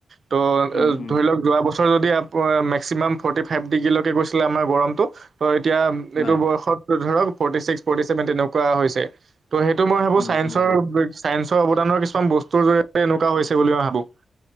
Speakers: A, on the right; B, on the left.
A: ত
B: উম
A: এ
B: হুম
A: ধৰি লওঁক যোৱা বছৰ চৰ যদি আপ অ', মেক্সিমাম ফ'ৰ্টি ফাইভ ডিগ্ৰীলৈকে গৈছিলে আমাৰ গৰমটো ত' এতিয়া এইটো
B: হয়
A: বয়সত ধৰক ফৰ্টি ছিক্স, ফৰ্টি ছেভেন তেনেকুৱা হৈছে। ত' সেইটো মই ভাবোঁ
B: উম
A: চাইন্সৰ-চাইন
B: হুম হুম
A: চ' অৱদানৰ কিছুমান বস্তুৰ জৰিয়তে এনেকুৱা হৈছে বুলি মই ভাবোঁ।